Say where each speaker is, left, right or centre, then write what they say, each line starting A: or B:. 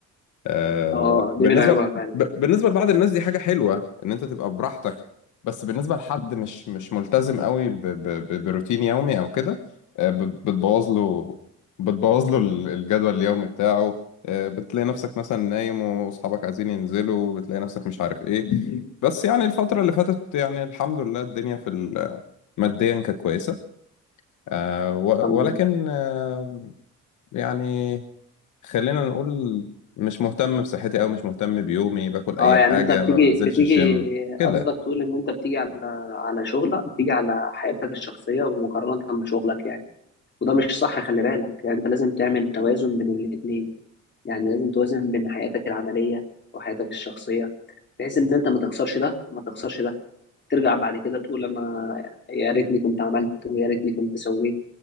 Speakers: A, on the left; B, on the left.
A: آه،
B: اه دي
A: بالنسبة
B: من عيوبها فعلا
A: ب- بالنسبة لبعض الناس دي حاجة حلوة إن أنت تبقى براحتك بس بالنسبة لحد مش مش ملتزم قوي ب- ب- ب- بروتين يومي أو كده آه، بت- بتبوظ له بتبوظ له ال- الجدول اليومي بتاعه آه، بتلاقي نفسك مثلا نايم وأصحابك عايزين ينزلوا بتلاقي نفسك مش عارف إيه بس يعني الفترة اللي فاتت يعني الحمد لله الدنيا في ال- ماديا كانت كويسة آه، و-
B: الحمد
A: ولكن
B: لله
A: آه، يعني خلينا نقول مش مهتم بصحتي أو مش مهتم بيومي باكل أي
B: اه يعني
A: حاجة
B: انت بتيجي
A: ما بنزلش
B: بتيجي
A: الجيم كده
B: قصدك تقول ان انت بتيجي على على شغلك بتيجي على حياتك الشخصية ومقارنة بشغلك يعني وده مش صح خلي بالك يعني انت لازم تعمل توازن بين الاتنين يعني لازم توازن بين حياتك العملية وحياتك الشخصية بحيث ان انت ما تخسرش ده وما تخسرش ده ترجع بعد كده تقول انا يا ريتني كنت عملت ويا ريتني كنت سويت